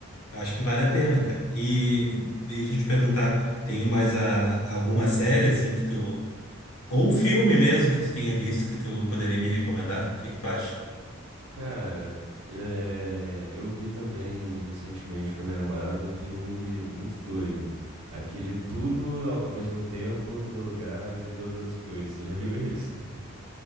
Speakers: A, on the left; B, on the right.
A: Eu acho que vale a pena, cara. E e deixa eu te perguntar, tem mais a, alguma série assim que tu ou um filme mesmo que tu tenha visto que tu poderia me recomendar? O que que tu acha?
B: Cara, é, eu vi também recentemente com a minha namorada um filme que- muito doido. Aquele tudo ao, ao mesmo tempo, todo lugar e todas as coisas. Você já viu esse? <laughs>